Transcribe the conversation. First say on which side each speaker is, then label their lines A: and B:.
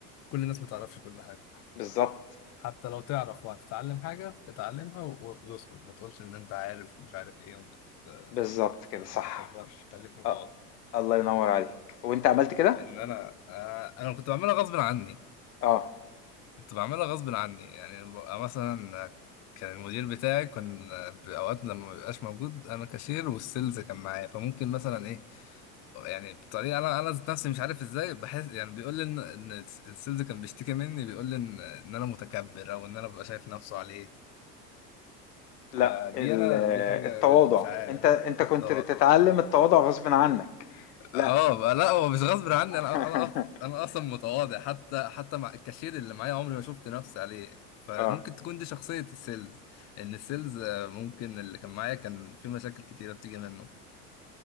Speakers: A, on the left; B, on the left.
A: كل الناس ما تعرفش كل حاجة
B: بالظبط
A: حتى لو تعرف وهتتعلم حاجة اتعلمها و- و- واسكت ما تقولش ان انت عارف ومش عارف ايه وما ت-
B: بالظبط كده صح
A: ما تتكبرش خليك متواضع
B: اه الله ينور عليك وانت عملت كده
A: لان انا آه، انا كنت بعملها غصب عني
B: اه
A: كنت بعملها غصب عني يعني ببقى مثلا آه، كان المدير بتاعي كان آه، بأوقات لما ما بيبقاش موجود انا كاشير والسيلز كان معايا فممكن مثلا ايه يعني بطريقه انا انا ذات نفسي مش عارف ازاي بحس يعني بيقول لي ان إن السيلز كان بيشتكي مني بيقول لي ان ان انا متكبر او ان انا ببقى شايف نفسه عليه
B: لا
A: فدي
B: ال-
A: انا دي حاجه
B: التواضع
A: مش عارف
B: انت انت
A: انت
B: كنت بتتعلم التواضع غصب عنك لا
A: اه لا هو مش غصب عني
B: <laughs>
A: انا انا أص- انا اصلا متواضع حتى حتى مع الكاشير اللي معايا عمري ما شفت نفسي عليه فممكن
B: اه
A: تكون دي شخصية السيلز لأن السيلز آه، ممكن اللي كان معايا كان في مشاكل كتيرة بتيجي منه